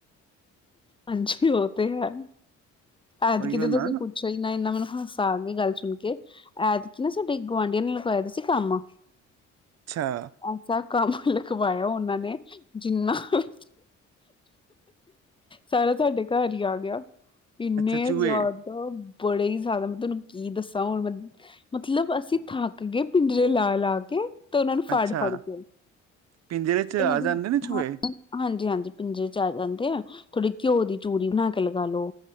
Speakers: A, on the left; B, on the right.
A: ਹਾਂਜੀ, ਉਹ ਤੇ ਹੈ ਐਤਕੀਂ
B: ਉਹੀਓ
A: ਤੇ
B: ਨਾ
A: ਤੁਸੀਂ ਪੁ ਕੋਈ ਨਾ ਇੰਨਾ ਮੈਨੂੰ ਹਾਸਾ ਆ ਗਿਆ ਗੱਲ ਸੁਣ ਕੇ, ਐਤਕੀ ਨਾ ਸਾਡੇ ਗੁਆਂਢੀਆਂ ਨੇ ਲਗਵਾਏ ਪਾਏ ਸੀ ਕੰਮ?
B: ਅੱਛਾ
A: ਐਸਾ ਕੰਮ ਲਿਖਵਾਏਆ ਉਹਨਾਂ ਨੇ ਜਿੰਨਾ ਨੇ ਜਿਨ੍ਹਾਂ ਸਾਰਾ ਤੁਹਾਡੇ ਘੱਰ ਹੀ ਆ ਗਿਆ ਇੰਨੇ
B: ਅੱਛਾ ਚੂਹੇ
A: ਜ਼ਿ ਉਹ ਬੜੇ ਹੀ ਜ਼ਿਆਦਾ ਮੈਂ ਤੁਹਾਨੂੰ ਕੀ ਦੱਸਾਂ ਹੁਣ ਮੈਂ ਮਤਲਬ ਅਸੀਂ ਥੱਕਗੇ ਪਿੰਜਰੇ ਲਾ-ਲਾ ਕੇ ਤੇ ਉਹਨਾਂ ਨੂੰ ਫੜ-ਫੜ
B: ਅੱਛਾ
A: ਕੇ
B: ਪਿੰਜਰੇ 'ਚ
A: ਉਹਨਾਂ
B: ਆ
A: ਦੀ
B: ਜਾਂਦੇ ਨੇ ਚੂਹੇ
A: ਹ- ਹਾਂਜੀ-ਹਾਂਜੀ ਪੰਜੇ ਚ ਆ ਜਾਂਦੇ ਆ ਥੋੜੀ ਘਿਓ ਦੀ ਚੂਰੀ ਬਣਾ ਕੇ ਲਗਾ ਲੋ।